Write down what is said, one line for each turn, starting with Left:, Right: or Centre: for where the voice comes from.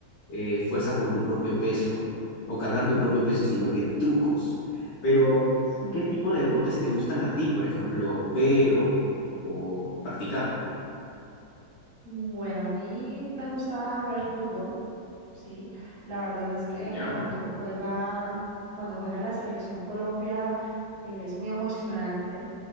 Left: eh, fuerza con tu propio peso o cargar tu propio peso, sino que trucos. Pero,
Right: Sí.
Left: ¿qué tipo de deportes te gustan a ti, por ejemplo, ver o, o practicar?
Right: Bueno, a mí me gusta ver fútbol, Sí, la verdad es que
Left: Ya,
Right: cuando juega, cuando juega la selección Colombia eh, es muy emocionante,